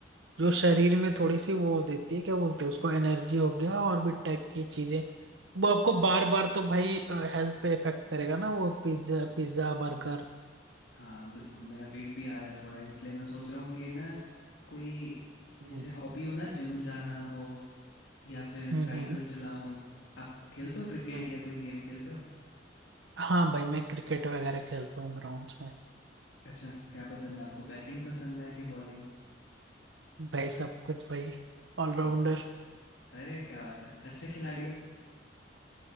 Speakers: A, on the right; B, on the left.
A: जो शरीर में थोड़ी सी वो देती है क्या बोलते हैं उसको एनर्जी हो गया और भी टाइप की चीजें वो आपको बार बार तो भाई हेल्थ पे इफेक्ट करेगा ना वो पिज्जा पिज्जा बर्गर
B: हाँ बिल्कुल मेरा पेट भी आ रहा है थोड़ा इसलिए मैं सोच रहा हूँ कि ना कोई
A: हम्म,
B: जैसे हॉबी हो ना जिम जाना हो या फिर
A: हम्म
B: साइकिल
A: हम्म
B: चलाऊँ आप खेलते हो क्रिकेट
A: हम्म।
B: या कोई गेम खेलते हो
A: हाँ भाई मैं क्रिकेट वगैरह खेलता हूँ ग्राउंड्स में
B: अच्छा क्या पसंद है आपको बैटिंग पसंद है कि बॉलिंग
A: भाई सब कुछ भाई ऑलराउंडर
B: सब कुछ अरे क्या बात है अच्छे खिलाड़ी हो